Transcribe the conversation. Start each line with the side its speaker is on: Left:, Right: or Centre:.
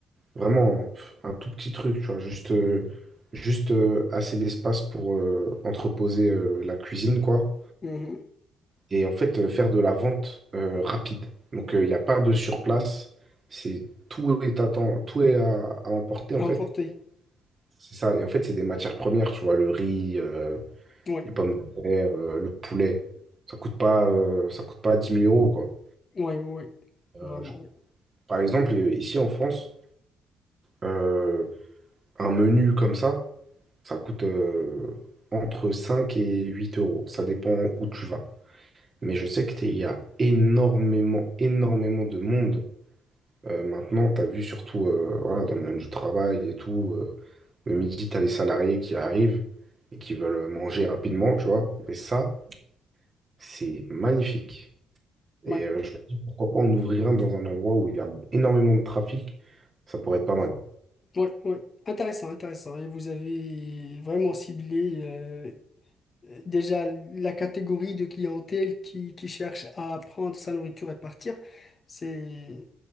Right: vraiment pff, un tout petit truc, tu vois, juste, euh, juste euh, assez d'espace pour euh, entreposer euh, la cuisine, quoi
Left: oui, mhm.
Right: et en fait euh, faire de la vente euh, rapide. Donc euh, il n'y a pas de surplace, c'est tout est à temps- tout est à, à emporter en
Left: Emporté.
Right: fait. C'est ça. Et en fait, c'est des matières premières, tu vois, le riz, euh,
Left: Oui,
Right: les pommes de terre, euh, le poulet. Ça coûte pas, euh, ça coûte pas dix mille euros, quoi.
Left: oui, oui, oui.
Right: Euh,
Left: Vraiment,
Right: je-
Left: oui.
Right: Par exemple, euh, ici en France, euh, un menu comme ça, ça coûte euh, entre 5 et 8 euros. Ça dépend où tu vas. Mais je sais qu'il y a énormément, énormément de monde Euh, maintenant, tu as vu surtout euh, voilà, dans le monde du travail et tout, euh, le midi, tu as les salariés qui arrivent et qui veulent euh, manger rapidement, tu vois. Mais ça, c'est magnifique. Et
Left: Oui,
Right: euh, je me dis, pourquoi pas en ouvrir un dans un endroit où il y a énormément de trafic, ça pourrait être pas mal.
Left: oui, oui. Intéressant, intéressant. Et vous avez vraiment ciblé euh, déjà la catégorie de clientèle qui, qui cherche à prendre sa nourriture et partir. C'est,